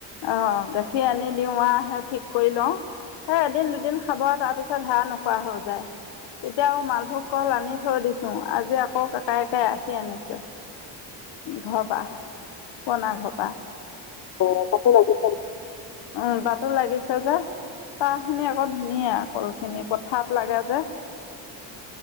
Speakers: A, on the left; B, on the left.
A: আহ গাখীৰ আনি দিওঁ আহ সে ঠিক কৰি লওঁ। সেই এদিন দুদিন খাব তাৰপিছত হে় নোখোৱা হৈ যায়। তেতিয়া আৰু মালভোগ কল আনি থৈ দিছোঁ আজি আকৌ ককায়েকে আহি আনিছে। ঘৰপা, পুৰণা ঘৰপা।
B: অ কতে লাগিছ
A: উম তাতো লাগিছে যে, তাহ খিনি আকৌ ধুনীয়া কলখিনি পথত লাগে যে।